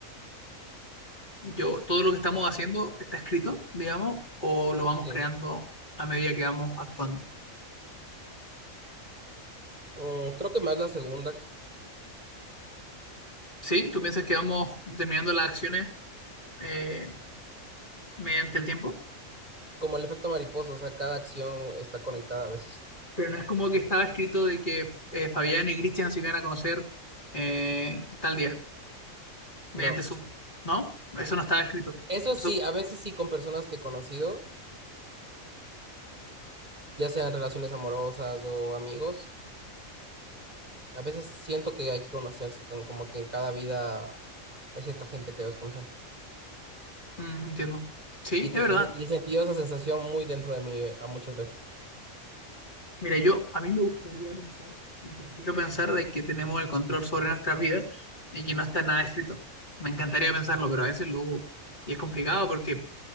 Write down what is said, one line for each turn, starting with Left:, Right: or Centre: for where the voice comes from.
Left: Yo, todo lo que estamos haciendo está escrito, digamos, o lo vamos
Right: Sí.
Left: creando a medida que vamos actuando.
Right: Mm, creo que más la segunda,
Left: ¿Sí? ¿Tú piensas que vamos determinando las acciones eh, mediante el tiempo?
Right: como el efecto mariposa, o sea, cada acción está conectada a veces.
Left: Pero no es como que estaba escrito de que eh, Fabián y Cristian se iban a conocer eh, tal día, mediante
Right: No.
Left: Zoom, ¿no? Eso no estaba escrito.
Right: Eso
Left: Eso,
Right: sí, a veces sí con personas que he conocido, ya sean relaciones amorosas o amigos, a veces siento que hay que conocerse, con, como que en cada vida hay cierta gente que debes conocer.
Left: mm, entiendo. Sí,
Right: Y, te-
Left: es verdad.
Right: y, se- y he sentido esa sensación muy dentro de mí eh, a muchas veces.
Left: Mira, yo a mí me gustaría pensar y prefiero pensar de que tenemos el control sobre nuestras vidas y que no está nada escrito. Me encantaría pensarlo, pero a veces lo dudo. Y es complicado porque,